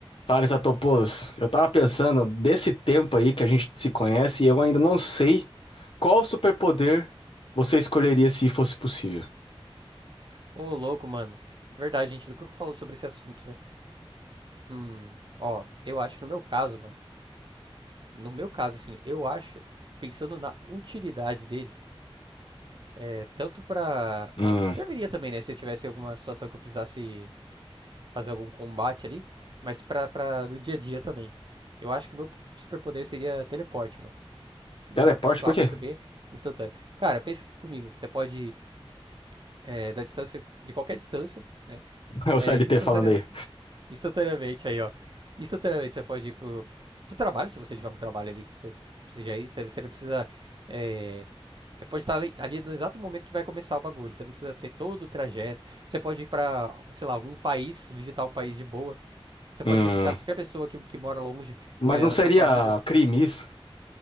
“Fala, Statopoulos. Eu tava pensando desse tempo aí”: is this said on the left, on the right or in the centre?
Left